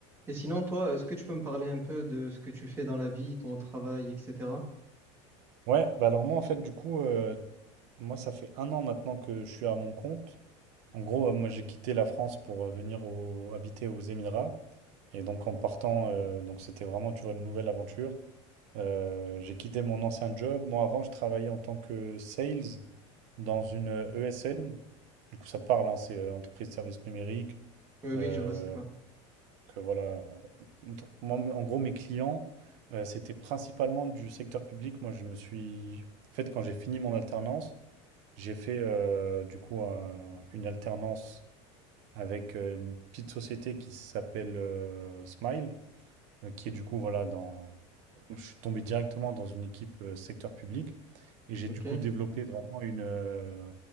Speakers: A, on the right; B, on the right.
A: Et sinon, toi, est-ce que tu peux me parler un peu de ce que tu fais dans la vie, ton travail, etc.
B: Ouais, bah alors moi en fait du coup, euh, moi ça fait un an maintenant que je suis à mon compte. En gros, euh, moi j'ai quitté la France pour euh, venir au- habiter aux Émirats. Et donc en partant, euh, donc c'était vraiment, tu vois, une nouvelle aventure. Euh, j'ai quitté mon ancien job. Moi avant, je travaillais en tant que sales dans une euh, ESN. Du coup, ça parle, hein, c'est euh, entreprise de services numériques.
A: Oui, oui,
B: Euh,
A: je vois, c'est quoi.
B: donc, euh, voilà. Donc, moi, m- en gros, mes clients, euh, c'était principalement du secteur public. Moi, je me suis... En fait, quand j'ai fini mon alternance, j'ai fait euh, du coup un- une alternance avec euh, une petite société qui s'appelle euh, Smile, euh, qui est du coup voilà dans. Je suis tombé directement dans une équipe euh, secteur public et j'ai
A: OK.
B: du coup développé vraiment une, euh,